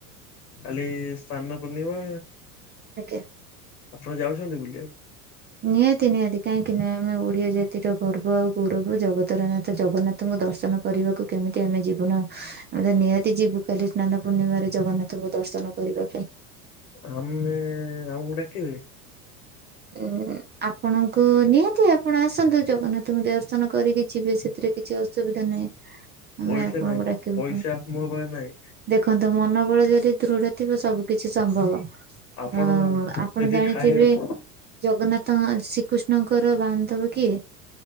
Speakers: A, on the left (about 70°); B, on the right (about 20°).
A: କାଲି ସାନ୍ନ ପୂର୍ଣ୍ଣିମା।
B: ଆଜ୍ଞା।
A: ଆପଣ ଯାଉଛନ୍ତି ବୁଲିଆକୁ।
B: ନିହାତି ନିହାତି କାହିଁକି ନୁହେଁ ଆମେ ଓଡିଆ ଜାତିର ଗର୍ବ ଆଉ ଗୌରବ, ଜଗତର ନାଥ ଜଗନ୍ନାଥଙ୍କ ଦର୍ଶନ କରିବାକୁ କେମିତି ଆମେ ଯିବୁନଉ ଆମେ ତ ନିହାତି ଯିବୁ କାଲି ସ୍ନାନ ପୂର୍ଣ୍ଣିମାରେ ଜଗନ୍ନାଥଙ୍କ ଦର୍ଶନ କରିବା ପାଇଁ।
A: ଆମେ ଆମକୁ ଡାକିବେ?
B: ଉଁ ଆପଣଙ୍କୁ ନିହାତି ଆପଣ ଆସନ୍ତୁ ଜଗନ୍ନାଥଙ୍କୁ ଦର୍ଶନ କରିକି ଯିବେ ସେଥିରେ କିଛି ଅସୁବିଧା ନାହିଁ ଆମେ
A: ପଇସା
B: ଆପଣଙ୍କୁ
A: ନାହିଁ
B: ଡାକିବୁ
A: ପଇସା
B: କଣ।
A: ମୋ ପାଖରେ ନାହିଁ।
B: ଦେଖନ୍ତୁ ମନୋବଳ ଯଦି ଦୃଢ ଥିବ ସବୁ କିଛି ସମ୍ଭବ
A: ଆପଣ
B: ଅ ଆପଣ
A: ଯଦି
B: ଜାଣିଥିବେ
A: ଖାଇବା
B: ଜଗନ୍ନାଥଙ୍କ ଶ୍ରୀକୃଷ୍ଣଙ୍କର ବାନ୍ଧବ କିଏ?